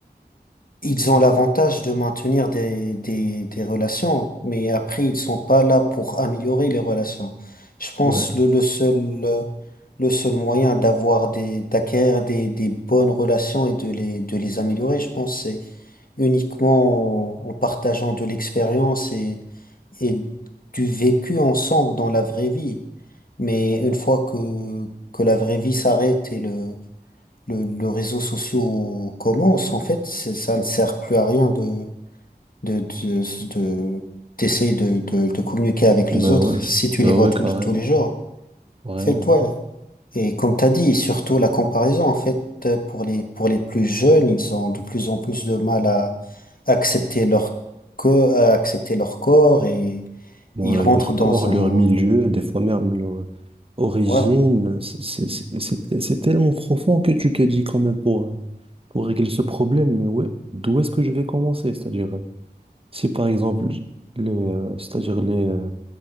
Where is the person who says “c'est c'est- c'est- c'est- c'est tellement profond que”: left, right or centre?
Right